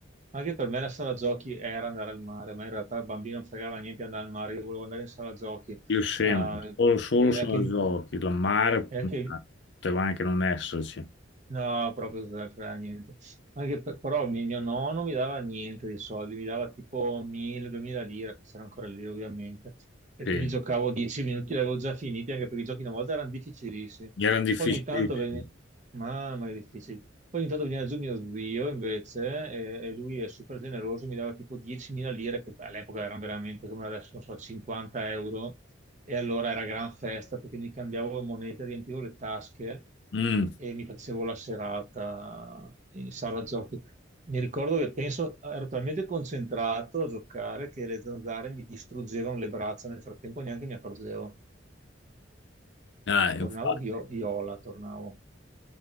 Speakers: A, on the right; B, on the left.
A: Anche per me la sala giochi era andare al mare, ma in realtà il bambino non fregava niente di andare al mare, io volevo andare in sala giochi.
B: Io sempre,
A: Ah,
B: solo, solo
A: eh,
B: se la
A: che
B: giochi, la mare
A: È che
B: ah, poteva anche non esserci.
A: no, proprio zero, fra niente. Anche per- però mi- mio nonno mi dava niente dei soldi, mi dava tipo 1000-2000 lire, che c'erano ancora lì ovviamente. E
B: Sì,
A: quindi giocavo 10 minuti, li avevo già finiti, anche perché i giochi una volta erano difficilissimi.
B: gli erano difficilissimi.
A: Poi ogni tanto veniva... Mamma, che difficile. Poi ogni tanto veniva giù mio zio invece, e, e lui è super generoso, mi dava tipo 10.000 lire, che all'epoca erano veramente come adesso, non so, 50 euro. E allora era gran festa perché mi cambiavo le monete, riempivo le tasche
B: Mm,
A: e mi facevo la serata in sala giochi. Mi ricordo che penso, ero talmente concentrato a giocare che le zanzare mi distruggevano le braccia, nel frattempo neanche mi accorgevo.
B: eh, infatti.
A: Tornavo vio- viola, tornavo.